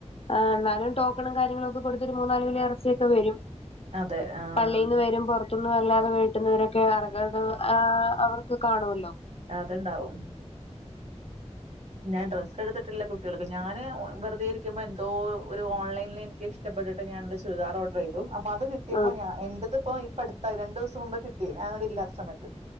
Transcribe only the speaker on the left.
ആഹ് എന്നാലും ടോക്കണും കാര്യങ്ങളൊക്കെ കൊടുത്തൊരു മൂന്നാല് കിലോ എറച്ചിയക്കെ വരും
പള്ളിന്ന് വരും പൊറത്തുന്നും അല്ലാതെ വീട്ടുന്നി വരും <unintelligible> ആ അവർക്ക് കാണുവല്ലൊ
ഉം